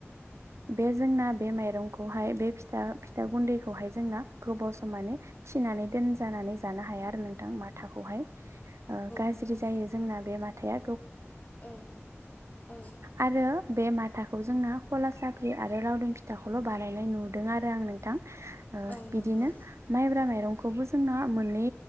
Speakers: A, on the right (about 75°); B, on the left (about 35°).
A: बे जोंना बे माइरंखौहाय बे फिथा फिथा गुन्दैखौहाय जोंना गोबाव सम माने फिनानै दोनजानानै जानो हाया आरो नोंथां माथो थाखौ हाय ओ गाज्रि
B: नंगौ
A: जायो जोंना बे माथा
B: औ औ
A: आरो बे माथाखौ जोंना आरो लावदुम फिथाखौल बानायनाय नुदों आरो आं नोंथां
B: औ
A: बिदिनो
B: नंगौ
A: माइब्रा माइरं खौबो जोंना मोननै